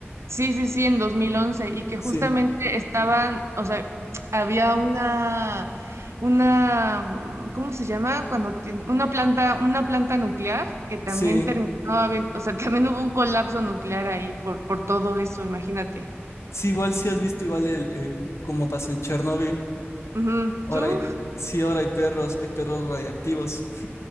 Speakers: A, on the right; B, on the left.
A: Sí, sí, sí, en 2011 y que
B: Sí,
A: justamente estaban, o sea, había una, una, mm, ¿cómo se llama? Cuando tiene, una planta, una planta nuclear que también
B: sí,
A: terminó, habi- o sea, <laughs> también hubo un colapso nuclear ahí por, por todo eso, imagínate.
B: sí, igual sí has visto igual el, el- cómo pasó en Chernóbil.
A: Ujú.
B: Ahora
A: ¿Tú?
B: hay, sí, ahora hay perros, hay perros radiactivos.